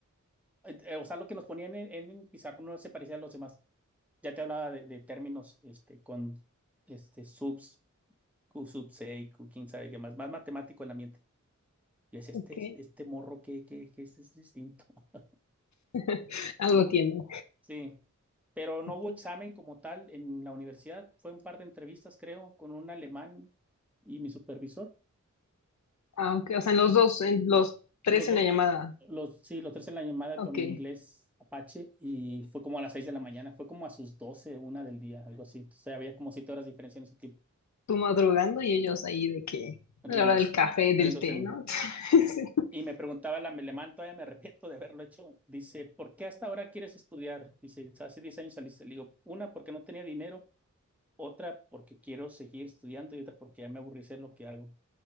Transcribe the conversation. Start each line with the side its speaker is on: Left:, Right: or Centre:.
Centre: eh, eh, o sea, lo que nos ponían en, en el no se parecía a los demás. Ya te hablaba de, de términos este, con este, subs, Q sub C, Q quién sabe qué más, más matemático el ambiente. Y decía, este,
Left: ok,
Centre: este este morro que, que, que es, es distinto. <laughs>
Left: <laughs> algo tiene.
Centre: Sí, pero no
Left: ok.
Centre: hubo examen como tal en la universidad. Fue un par de entrevistas, creo, con un alemán y mi supervisor.
Left: Ah, ok, o sea, en los dos, en los tres
Centre: Los dos,
Left: en la llamada,
Centre: los, sí, los tres en la llamada
Left: ok,
Centre: con mi inglés Apache y fue como a las 6 de la mañana, fue como a sus 12 una del día, algo así. Entonces había como 7 horas de diferencia en ese tiempo,
Left: tú madrugando y ellos ahí de que,
Centre: riéndose,
Left: a la hora del café, del
Centre: riéndose
Left: té,
Centre: de mí.
Left: ¿no? <laughs> Sí.
Centre: Y me preguntaba el alemán, todavía me arrepiento de haberlo hecho. Dice, ¿por qué hasta ahora quieres estudiar? Dice, hace 10 años saliste. Le digo, una porque no tenía dinero, otra porque quiero seguir estudiando y otra porque ya me aburrí de hacer lo que hago.